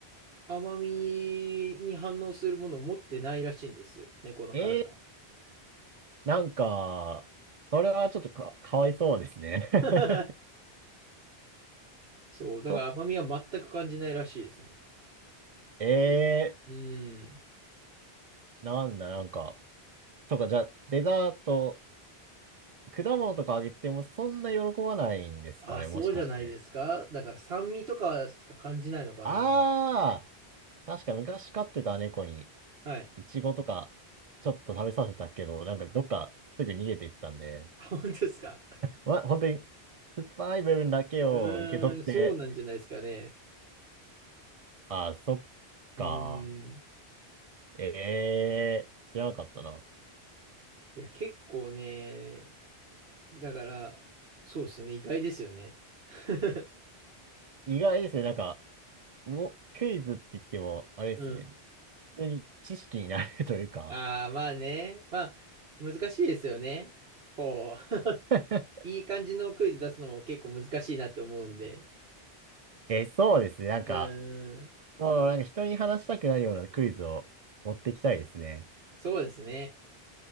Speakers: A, on the right; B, on the right.
A: 甘みに反応するものを持ってないらしいんですよ、猫の体は。
B: えー、なんか、それはちょっとか、かわいそうですね。<laughs>
A: <laughs> そう、だから甘みは全く感じないらしいですね。
B: そええ
A: うん。
B: なんだ、なんか。そうか、じゃあ、デザート、果物とかあげてもそんな喜ばないんですかね、
A: あ、そうじゃないですか。
B: もしかして。
A: だから酸味とかしか感じないのかな。
B: ああ、確か昔飼ってた猫に、
A: はい。
B: イチゴとか、ちょっと食べさせたけど、なんかどっかすぐ逃げていったんで、
A: あ、本当ですか。
B: ま、本当に、酸っぱい部分だけを受け取って、
A: うーん、そうなんじゃないですかね。
B: ああ、そっ
A: うーん。
B: か。ええ知らなかったな。
A: いや、結構ね、だから、そうですね、意外ですよね。<laughs>
B: 意外ですね、なんか、もう、クイズって言っても、あれですね、
A: うん。
B: 普通に知識になるというか、
A: ああ、まあね。まあ、難しいですよね。こう、<laughs>
B: <laughs>
A: いい感じのクイズ出すのも結構難しいなって思うんで。
B: え、そうですね。なんか、
A: うーん、
B: もうなんか人に話したくなるようなクイズを持ってきたいですね。
A: そうですね。